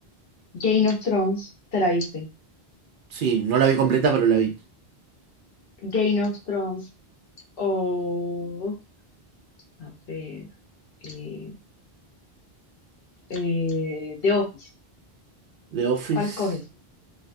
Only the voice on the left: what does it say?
Game of Thrones, ¿te la viste?
Game of Thrones o A ver, eh, eh, The Office.
¿Cuál escoges?